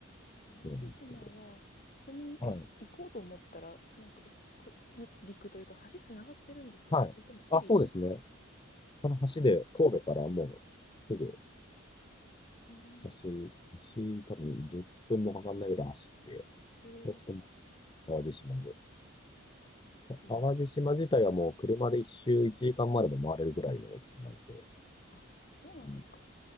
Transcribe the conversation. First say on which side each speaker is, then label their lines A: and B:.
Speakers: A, on the left (about 40°); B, on the left (about 25°).
A: 淡路島は、
B: そうなんですよ。
A: ちなみに、
B: はい。
A: え、行こうと思ったら、なんか、く、み、陸というか、橋繋がってるんでしたっけそれともフェリーですか
B: はい。あ、そうですね。この橋で、
A: あ、
B: 神戸からもうすぐ、
A: うーん、
B: 橋、橋多分10分もかかんないぐらい走って、
A: ええ、
B: そうするともう淡路島で。
A: うん。
B: 淡路島自体はもう車で一周1時間までも回れるぐらいの大きさなので、
A: あ、そうなんですか。
B: うん